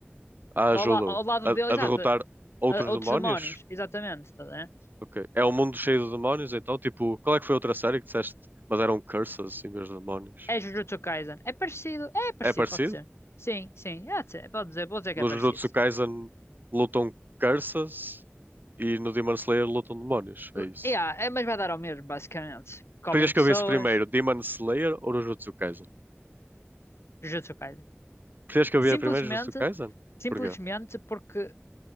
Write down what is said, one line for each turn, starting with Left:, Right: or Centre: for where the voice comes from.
Right: Ah,
Left: ao,
Right: ajuda-o
Left: la- ao lado
Right: a,
Left: dele, exato,
Right: a derrotar outros
Left: a- outros
Right: demónios?
Left: demónios, exatamente, estás a ver?
Right: Ok. É um mundo cheio de demónios então? Tipo, qual é que foi a outra série que disseste? Mas eram curses em vez de demónios.
Left: É Jujutsu Kaisen, é parecido, é parecido,
Right: É parecido?
Left: pode ser. Sim, sim, é, de ser, pode dizer, vou dizer que
Right: No
Left: é parecido,
Right: Jujutsu
Left: sim.
Right: Kaisen lutam curses e no Demon Slayer lutam demónios. É
Left: L-
Right: isso.
Left: Yeah, é, mas vai dar ao mesmo, basicamente. Comem
Right: Preferias
Left: pessoas,
Right: que eu visse primeiro Demon Slayer ou Jujutsu Kaisen?
Left: Jujutsu Kaisen.
Right: Preferias que eu
Left: Simplesmente,
Right: visse primeiro Jujutsu Kaisen?
Left: simplesmente
Right: Porquê?
Left: porque